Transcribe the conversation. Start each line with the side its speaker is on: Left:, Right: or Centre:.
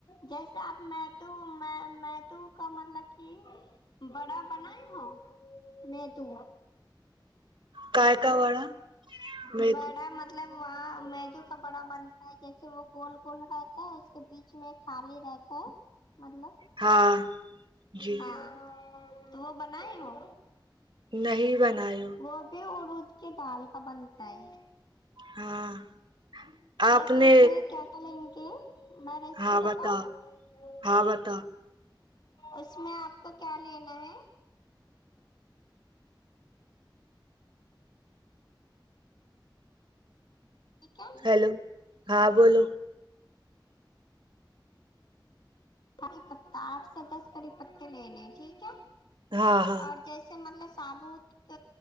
Left: جیسے آپ میں م توو کا مطلب کہ بڑا بنا ہ میں تو
Right: کائے کا وڑا میں
Left: بڑا مطلب وہاں میجو کا بڑا بنتا ہے جیسے وہ گول گول رہتا ہے اس کے بیچ بیچ میں خالی رہتا ہے مطلب
Right: ہاں جی
Left: ہاں تو وہ بنائے ہو
Right: نہیں بنائ ہو
Left: وہ بھی ارود کی دال کا بنتا ہے
Right: ہاں آپ
Left: جیسے
Right: نے
Left: اس میں کیا تھا لیں گے میں ریسیپی
Right: ہاں
Left: بتاؤں
Right: بتا ہاں بتا
Left: اس میں آپ کو کیا لینا ہے ٹھیک ہے
Right: ہیلو ہاں بولو
Left: کڑی پتا آٹھ سے دس کڑی پتے لینے ٹھیک ہے
Right: ہاں ہاں
Left: اور جیسے مطلب سابوت